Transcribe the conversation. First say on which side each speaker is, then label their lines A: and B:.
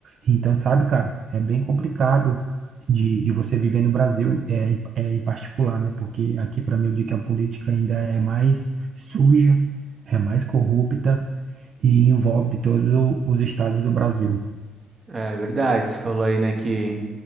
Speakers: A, on the right (about 55°); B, on the right (about 30°).
A: Então, sabe, cara, é bem complicado de, de você viver no Brasil, é, em- é, em particular, né? Porque aqui, para mim, eu digo que a política ainda é mais suja, é mais corrupta e envolve todos os estados do Brasil.
B: é é verdade. Você falou aí, né, que